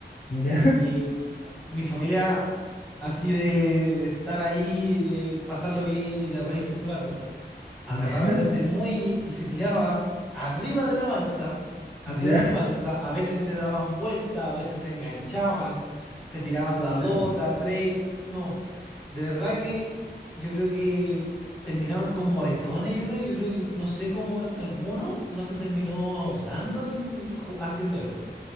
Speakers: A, on the left; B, in the centre.
A: <laughs>
B: Y ah, mi familia, así de, de estar ahí, de pasarlo bien y de reírse un rato, agarraba
A: Ya, ya,
B: desde el muelle y se tiraba arriba de la balsa, arriba
A: ya.
B: de la balsa, a veces se daban vuelta, a veces se enganchaban, se tiraban
A: No.
B: de a dos, de a tres, no, de verdad que yo creo que terminaban con moretones, yo creo, yo creo que no sé cómo al- alguno no se terminó ahogando en, ju- haciendo eso.